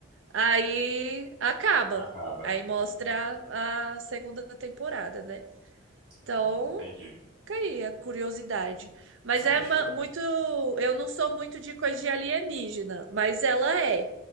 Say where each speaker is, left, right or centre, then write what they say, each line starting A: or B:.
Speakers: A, on the right; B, on the right.
A: aí acaba.
B: acaba.
A: Aí mostra
B: Hum,
A: a segunda temporada, né? Então,
B: hum, entendi.
A: Fica aí a curiosidade. Mas
B: Ah,
A: é
B: eu acho
A: ma-
B: que... eu-
A: muito. Eu não sou muito de coisa de alienígena, mas ela é.